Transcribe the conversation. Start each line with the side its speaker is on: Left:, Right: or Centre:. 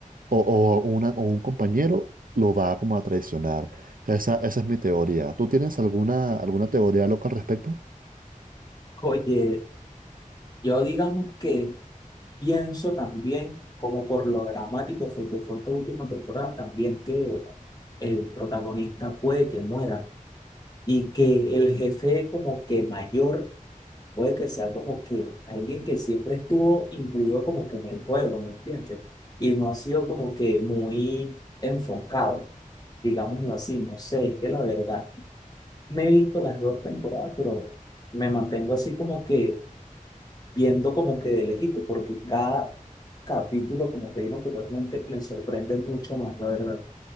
Right: o, o una, o un compañero lo va como a traicionar. Esa, esa es mi teoría. ¿Tú tienes alguna, alguna teoría loca al respecto?
Left: Oye, yo digamos que pienso también, como por lo dramático fue que fue esta última temporada, también que el protagonista puede que muera y que el jefe como que mayor puede que sea como que alguien que siempre estuvo incluido como que en el juego, ¿me entiendes? Y no ha sido como que muy enfocado, digámoslo así, no sé, es que la verdad, me he visto las dos temporadas, pero me mantengo así como que viendo como que de lejito, porque cada capítulo, como te dije anteriormente, me sorprende mucho más, la verdad.